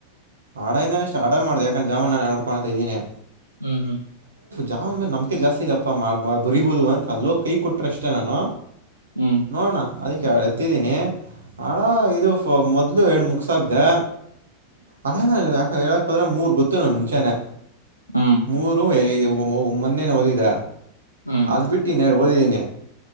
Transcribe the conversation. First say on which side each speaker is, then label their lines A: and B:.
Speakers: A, on the right; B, on the right.
A: ಅಡಯಿಂದಾನೆ ಅಡ ಮಾಡ್ದ ಯಾಕ ಜಾವಾ ನಾನ್ ವರ್ಕ್ ಮಾಡ್ತಿದಿದೀನಿ
B: ಹ್ಮ್ ಹ್ಮ್
A: ಜಾವ ಮೇಲೆ ನಂಬಿಕೆ ಜಾಸ್ತಿ ಇದಪ್ಪ ಬರಿಬಹುದು ಅಂತ ಅಲ್ಲೋ ಕೈ ಕೊಟ್ರೆ ಅಷ್ಟೇ ನಾನು
B: ಹ್ಮ್
A: ನೋಡೋಣ ಅದಕ್ಕೆ ಎತ್ತಿದ್ದೀನಿ ಅಡ ಇದು ಮೊದಲು ಎರಡು ಮುಗಿಸಿದ್ದೆ ಅಣ್ಣ ಹೇಳಕ್ಕೆ ಹೋದ್ರೆ ಮೂರ್ ಗೊತ್ತು ನನಗೆ ಮುಂಚೆನೆ
B: ಹ್ಮ್
A: ಮೂರು ಮೊನ್ನೆನ ಓದಿದ
B: ಹ್ಮ್ ಹ್ಮ್
A: ಅದು ಬಿಟ್ಟು ಇನ್ನೆರಡು ಓದಿದ್ದೀನಿ